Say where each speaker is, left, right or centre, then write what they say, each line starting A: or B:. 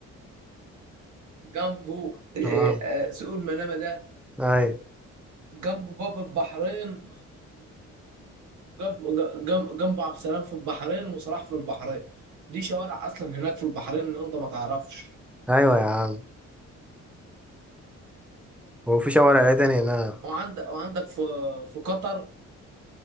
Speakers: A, on the right; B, in the centre.
A: جنبه آه،
B: آه
A: آه، سوق المنامه ده
B: أيوة
A: جنبه باب البحرين وجنبه عبد السلام في البحرين وصلاح في البحرين دي شوارع اصلا هناك في البحرين ان انت ما تعرفش
B: أيوة يا عم وفي شوارع عدن هناك
A: وعندك وعندك في في قطر